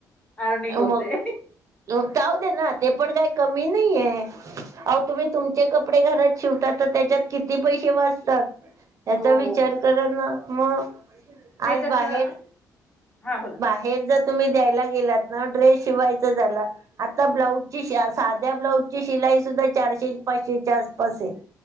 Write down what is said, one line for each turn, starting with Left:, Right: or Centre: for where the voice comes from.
Left: अर्निंग होतंय
Right: मग जाऊ दे ना ते पण काय कमी नाहीयेयं अ तुम्ही तुमचे कपडे घरात शिव त्याचा त्येच्यात किती पैसे वाचतात, हेचा
Left: हो हो
Right: विचार
Left: हो
Right: करा ना म
Left: ते
Right: आज
Left: कसं
Right: बाहेर
Left: हा बोला
Right: हेचं जर तुम्ही द्यायला गेलात ना, ड्रेस शिवायचा झालां आता ब्लाऊजची शा, साध्या ब्लाऊजची शिलाई सुद्धा चारशे पाचशेच्या आसपास हे